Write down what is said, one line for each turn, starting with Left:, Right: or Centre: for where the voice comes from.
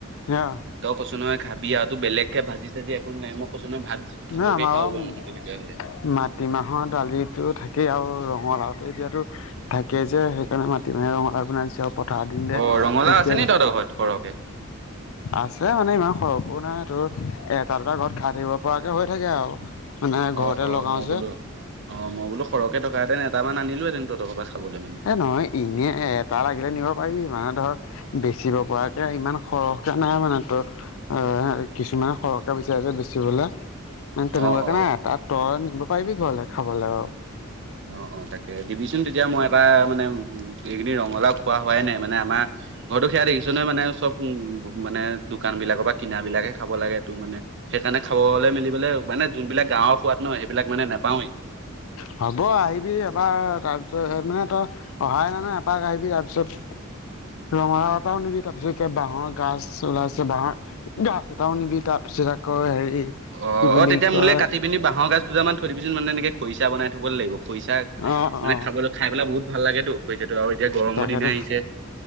Left: অ'।
Right: ত' কচো নহয় খাবি আ তো বেলেগকে ভাজি চাজি একো নালাগে মই কৈছোঁ নয় ভাত সৰহকে
Left: না আমাৰ
Right: খাব
Left: বাৰু
Right: পাৰো
Left: মাত
Right: মই তেনেকুৱা হ'লে।
Left: মাটিমাহৰ দালিটো থাকেই আৰু ৰঙালাওতে এতিয়াতো থাকে যে হেইকাৰণে মাটিমাহে ৰঙালাউৱে বনাই দিছে আৰু পথাৰ দিন দে
Right: অ' ৰঙালাও
Left: এতিয়া
Right: আছে নি তহঁতৰ ঘৰত সৰহকে?
Left: আছে মানে ইমান সৰহকোও নাই তোৰ এটা দুটা ঘৰত খাই থাকিব পৰাকৈ হৈ থাকে আৰু মানে
Right: অ'
Left: ঘৰতে
Right: অ'
Left: লগাওঁ
Right: মই
Left: যে
Right: বোলো অ', মই বোলো সৰহকে থকাহেঁতেন এটামান আনিলোহেঁতেন তঁহত ঘৰপা খাবলৈ মানে
Left: এই নহয় ইনে এটা লাগিলে নিব পাৰিবি মানে ধৰ বেচিব পৰাকে ইমান সৰহকে নাই মানে তোৰ অ', কিছুমানে সৰহকে বিচাৰে যে বেচিবলৈ মানে তেনেকুৱাকে
Right: অ' অ'।
Left: নাই এটা তই নিব পাৰিবি ঘৰলে খাবলৈ বাৰু।
Right: অ', অ' তাকে দিবিচোন তেতিয়া মই এটা মানে এইগিদিন ৰঙালাও খোৱা হোৱাই নাই মানে আমাৰ ঘৰতো সেয়া দেখিছ নহয় মানে চব মানে দোকান বিলাকৰ বা কিনা বিলাকে খাব লাগে‌ তো মানে সেইকাৰণে খাবলৈ মেলিবলে উপায় নাই যোনবিলাক গাঁৱৰ সোৱাদ নহয় সেইবিলাক মানে নেপাওঁয়েই।
Left: হ'ব আহিবি এবাৰ তাৰপিছত হে মানে তই অহাই নাই এপাক আহিবি তাৰপিছত ৰঙালাউ এটাও নিবি তাৰপিছত এতিয়া বাঁহৰ গাজ ওলাইছে বাঁহৰ গাছ এটাও নিবি তাৰ পিছত আকৌ হেৰি
Right: অ',
Left: কি বুলি
Right: অ' তেতিয়া
Left: কয়
Right: মোলে কাটিব পিনে বাঁহৰ গাজ দুটামান থৈ দিবিচোন মানে এনেকে খৰিচা বনাই থব লাগিব খৰিচা
Left: অঁ
Right: মানে
Left: অঁ
Right: খাবলৈ খাই পেলাই বহুত ভাল লাগেতো খৰিচাটো আৰু এতিয়া গৰমৰ
Left: তাকেতো
Right: দিন আহিছে।